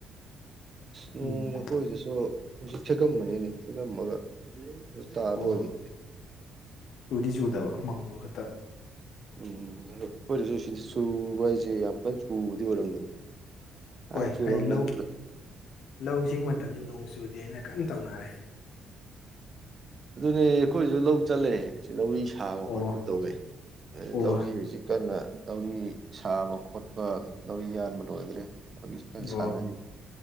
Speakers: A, on the right (about 40°); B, on the left (about 75°).
A: ꯅꯣꯡ
B: ꯎꯝ
A: ꯑꯩꯈꯣꯏꯗꯁꯨ ꯍꯧꯖꯤꯛ ꯈꯤꯛꯑꯝꯕꯅꯤꯅꯦ ꯇꯤꯛꯑꯝꯃꯒ ꯇꯥꯗꯣꯔꯤ
B: ꯑꯣ ꯆꯨꯗꯤ ꯆꯨꯗꯕ ꯃꯪꯕ ꯈꯛ
A: ꯎꯝ ꯈꯣꯏꯗꯁꯨ ꯁꯤꯗꯥ ꯆꯨꯕ ꯍꯥꯏꯁꯤ ꯌꯥꯝ ꯀꯟꯅ ꯆꯨꯕꯗꯤ ꯑꯣꯏꯔꯝꯗꯦ ꯉꯥꯏꯍꯥꯛ
B: ꯍꯣꯏ
A: ꯆꯨꯔꯝꯃꯦ
B: ꯍꯥꯏꯗꯤ ꯂꯧ
A: ꯑꯗꯨꯒ
B: ꯂꯧꯁꯤꯡ ꯃꯇꯝꯁꯤ ꯅꯣꯡ ꯆꯨꯗꯦ ꯍꯥꯏꯅ ꯀꯟꯅ ꯇꯧꯅꯔꯦ
A: ꯑꯗꯨꯅꯦ ꯑꯩꯈꯣꯏꯁꯨ ꯂꯧ ꯆꯠꯂꯦ ꯁꯤ ꯂꯧꯔꯤ ꯁꯥꯕ
B: ꯑꯣ
A: ꯈꯣꯠꯄ ꯇꯧꯋꯦ
B: ꯑꯣ
A: ꯂꯧꯔꯤ ꯍꯧꯖꯤꯛ ꯀꯟꯅ ꯂꯧꯔꯤ ꯁꯥꯕ ꯈꯣꯠꯄ ꯂꯧꯔꯤ ꯌꯥꯟꯕ ꯂꯣꯏꯈ꯭ꯔꯦ ꯍꯧꯖꯤꯛꯀꯟ ꯁꯥꯟꯅꯔꯤ
B: ꯑꯣ